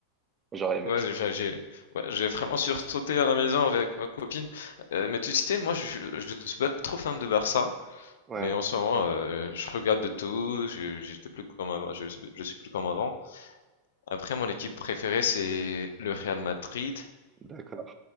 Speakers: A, on the right (about 20°); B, on the left (about 60°).
A: J'aurais aimé.
B: Ouais, j'ai, enfin, j'ai, ouais, j'ai vraiment sursauté à la maison avec ma copine. Euh, mais tu sais, moi, je, je je suis pas trop fan de Barça,
A: Ouais,
B: mais en ce moment, euh, je regarde de tout. Je, j'étais plus comme avant, je, je suis plus comme avant. Après, mon équipe préférée, c'est le Real Madrid.
A: d'accord.